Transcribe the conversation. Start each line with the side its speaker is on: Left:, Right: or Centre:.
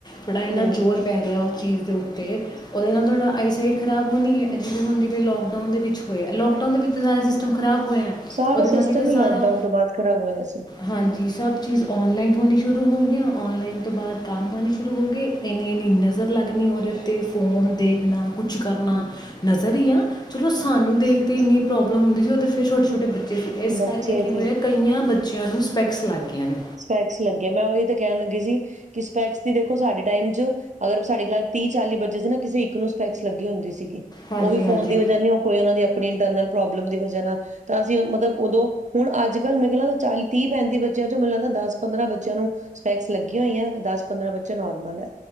Left: ਥੋੜ੍ਹਾ ਇੰਨਾ
Right: ਹਮ
Left: ਜ਼ੋਰ ਪੈ ਰਿਹਾ ਉਸ ਚੀਜ਼ ਤੇ ਉਹਦੇ ਨਾਲ ਤੁਹਾਡਾ ਆਈ ਸਾਈਟ ਖ਼ਰਾਬ ਹੋਣੀ ਹੈ ਜਿਵੇਂ ਹੁਣ ਜ ਤੇ ਲੋਕਡਾਊਨ ਦੇ ਵਿੱਚ ਹੋਇਆ ਲੋਕਡਾਊਨ ਦੇ ਵਿੱਚ ਸਾਰਾ ਸਿਸਟਮ ਖਰਾਬ ਹੋਇਆ
Right: ਸਾਰਾ
Left: ਉਹਦੇ
Right: ਸਿਸਟਮ
Left: ਨਾਲ ਹੀ ਤਾਂ ਸਾਰਾ
Right: ਲੋਕਡਾਊਨ ਤੋਂ ਬਾਅਦ ਖ਼ਰਾਬ ਹੋਇਆ ਸੀ
Left: ਹਾਂਜੀ ਸਭ ਚੀਜ਼ ਔਨਲਾਈਨ ਹੋਣੀ ਸ਼ੁਰੂ ਹੋ ਗਈਆਂ ਔਨਲਾਈਨ ਤੋਂ ਬਾਅਦ ਕੰਮ ਆਣੇ ਸ਼ੁਰੂ ਹੋ ਗਏ ਇੰਨੀ ਇੰਨੀ ਨਜ਼ਰ ਲੱਗਣੀ ਉਹਦੇ ਉੱਤੇ ਫੋਨ ਦੇਖਣਾ ਕੁਛ ਕਰਨਾ
Right: ਹਮ
Left: ਨਜ਼ਰ ਆ ਚਲੋ ਸਾਨੂੰ ਦੇਖਦੇ ਇੰਨੀ ਪ੍ਰੋਬਲਮ ਹੁੰਦੀ ਸੀ, ਤੇ ਫੇਰ ਛੋਟੇ-ਛੋਟੇ ਬੱਚੇ ਇਸ
Right: ਬੱਚੇ
Left: ਕਰਕੇ ਕੀ ਹੋਇਆ
Right: ਸੀ
Left: ਕਈਆਂ ਬ ਬੱਚਿਆਂ ਨੂੰ ਸਪੈਕਸ ਲੱਗ ਗਈਆਂ ਨੇ।
Right: ਸਪੈਕਸ ਲੱਗਿਆ ਮੈਂ ਉਹੀ ਤੇ ਕਹਿਣ ਲੱਗੀ ਸੀ, ਕਿ ਸਪੈਕਸ ਦੀ ਦੇਖੋ ਸਾਡੇ ਟਾਈਮ ਚ ਅਗਰ ਸਾਡੇ ਕਲਾਸ ਤੀਹ ਚਾਲੀ ਬਜੇ ਸੀ ਨਾ ਕਿਸੇ ਇੱਕ ਨੂੰ ਸਪੈਕਸ ਲੱਗੀ ਹੁੰਦੀ ਸੀਗੀ।
Left: ਹਾਂਜੀ
Right: ਉਹ ਵੀ
Left: ਹਾਂਜੀ
Right: ਫੋਨ ਦੀ ਵਜ੍ਹਾ ਨੀ ਉਹ ਕੋਈ ਉਹਨਾ ਦੀ ਆਪਣੀ ਇੰਟਰਨਲ ਪ੍ਰੋਬਲਮ ਦੀ ਵਜ੍ਹਾ ਨਾਲ ਤਾਂ ਅਸੀਂ ਮਤਲਬ ਉਦੋਂ ਹੁਣ ਅੱਜ ਕੱਲ ਮੈਂ ਕਿਹਾ ਲੱਗਦਾ ਚਾਲੀ ਤੀਹ ਪੈਂਤੀ ਬੱਚਿਆਂ ਚੋਂ ਮੈਨੂੰ ਲਗਦਾ। ਦਸ ਪੰਦਰਾਂ ਬੱਚਿਆਂ ਨੂੰ ਸਪੈਕਸ ਲੱਗੀਆਂ ਹੋਈ ਹੈ ਤੇ ਦਸ ਪੰਦਰਾਂ ਬੱਚੇ ਨੋਰਮਲ ਹੈ।